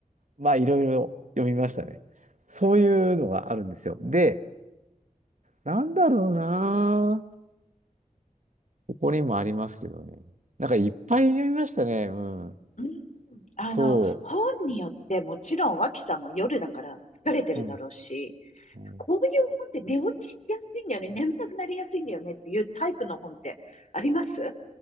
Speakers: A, on the right; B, on the left.
A: まあ、いろいろ読みましたね。そういうのがあるんですよ。で、なんだろうなぁ。ここにもありますけどね。なんかいっぱい読みましたね。うん。
B: うん、あの、
A: そ
B: 本によってもちろん脇さんも夜だから疲れてるだろうし、
A: う。うん。うん
B: こういう本って寝落ちしやすいんだよね、眠たくなりやすいんだよねっていうタイプの本ってあります